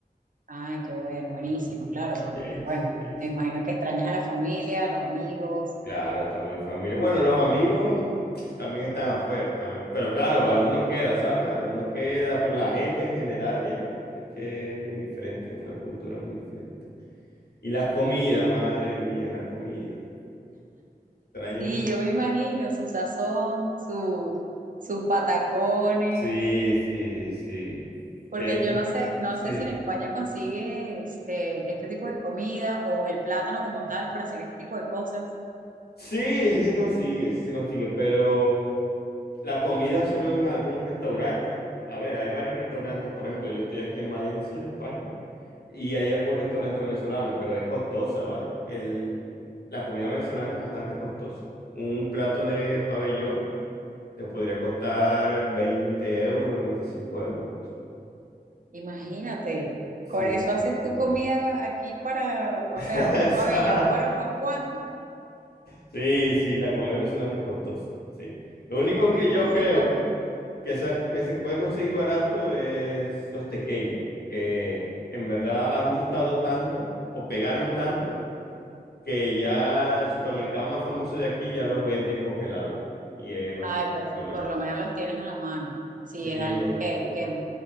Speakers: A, on the right (about 55°); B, on the left (about 75°).
A: Ay, qué bueno, buenísimo, claro, porque
B: Es-
A: bueno,
B: es-
A: me imagino que extrañas a la familia, a los amigos.
B: Claro, toda mi familia. Bueno, los amigos también están afuera, también. Pero claro, algunos queda, ¿sabes? Algunos queda, pero la gente en general, Diana, es que es muy diferente, es una cultura muy diferente. Y la comida, madre mía, la comida. Extraño.
A: Sí,
B: un-
A: yo me imagino su sazón, su, sus patacones.
B: Sí, sí, sí.
A: Porque
B: De hecho,
A: yo no sé, no
B: sí.
A: sé si en España consigues eh, este tipo de comida o el plátano como tal para hacer este tipo de cosas.
B: Sí, sí se consigue, sí se consigue, pero mm, la comida solo en algún restaurante. A ver, hay varios restaurantes, por ejemplo, yo estoy aquí en Valencia, España. y hay algún restaurante venezolano, pero es costosa, ¿vale? El, la comida venezolana es bastante costosa. Un plato de pabellón te podría costar 20 euros, veinticinco euros. así.
A: Imagínate,
B: Sí,
A: con eso haces tu
B: sí.
A: comida aquí para, o
B: <laughs>
A: sea, un pabellón para unos cuantos,
B: Sí, sí, la comida venezolana es costosa, sí. Lo único
A: con
B: que
A: veinticinco
B: yo creo que, sa- que se puede conseguir barato es los tequeños, que en verdad han gustado tanto o pegaron tanto que ya el supermercado más famoso de aquí ya los vende congelados y es bastante
A: Ay, perfecto,
B: económico.
A: por lo menos los tienes a la mano. Sí,
B: Sí,
A: es algo
B: sí.
A: que, que,